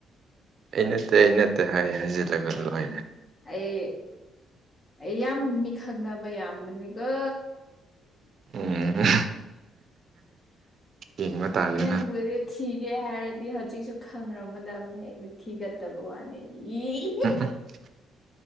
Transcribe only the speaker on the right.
ꯑꯩ ꯅꯠꯇꯦ ꯑ ꯅꯠꯇꯦ ꯍꯥꯏ ꯍꯥꯏꯖꯤꯜꯂꯒ
ꯂꯣꯏꯔꯦ
ꯎꯝ ꯌꯦꯡꯕ ꯇꯥꯔꯦꯅ
<inaudible>